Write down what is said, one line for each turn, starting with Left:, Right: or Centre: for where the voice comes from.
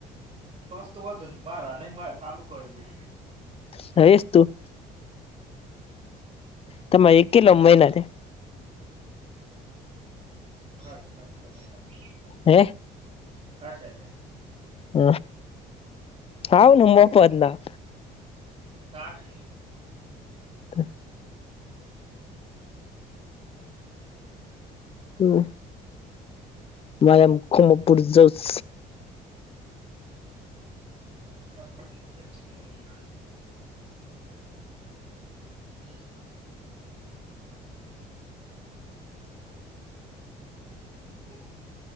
Right: સસ્ત વાંધો નહ મારા નહી મારે ચાલું કરેલું
Left: હોયસ તું તમારે એક કિલો મહિના થી
Right: હં પાચ છ મહિના થયા
Left: હે
Right: ખાસા
Left: હ હાવ નબો પદના
Right: સાને
Left: થ હમમ મારે એમ ખમપુર જઉસ
Right: <inaudible> <inaudible> હા. બિલકુલ ની